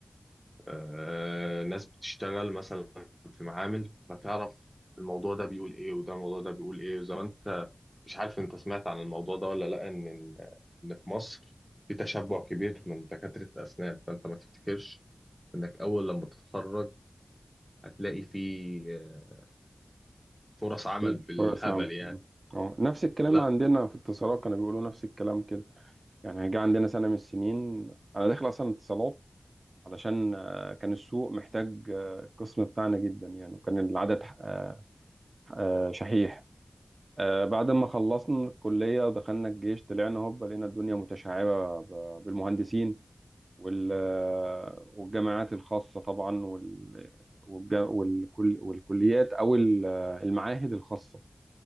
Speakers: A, in the centre; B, on the right.
A: آه، ناس بتشتغل مثلا في معامل فتعرف الموضوع ده بيقول ايه وده الموضوع ده بيقول ايه وزي ما انت مش عارف انت سمعت عن الموضوع ده ولا لا ان ان إن في مصر في تشبع كبير من دكاترة الأسنان فأنت ما تفتكرش إنك أول لما تتخرج هتلاقي في آه، فرص عمل
B: إيه،
A: بالهبل
B: فرص عامه
A: يعني
B: اه نفس الكلام
A: لا
B: عندنا في اتصالات كانوا بيقولوا نفس الكلام كده يعني جه عندنا سنه من السنين انا داخل اصلا اتصالات علشان آه، كان السوق محتاج آه، القسم بتاعنا جدا يعني وكان العدد آه، آه، شحيح آه، بعد ما خلصنا الكليه ودخلنا الجيش طلعنا هوب لقينا الدنيا متشعبه ب- بالمهندسين وال والجامعات الخاصة طبعا وال والج- والكل والكليات أو ال- المعاهد الخاصة